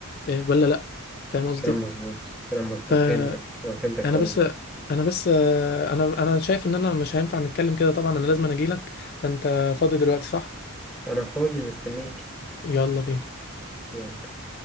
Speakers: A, on the left; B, in the centre.
A: ولا لا فاهم قصدي
B: كلام مظبوط كلام مظبوط
A: فانا
B: فهمتك أنا فهمتك كويس
A: بس انا بس انا انا شايف ان انا مش هينفع نتكلم كده طبعا انا لازم اجيلك فانت فاضي دلوقتي صح
B: أنا فاضي ومستنيك
A: يلا بينا
B: يلا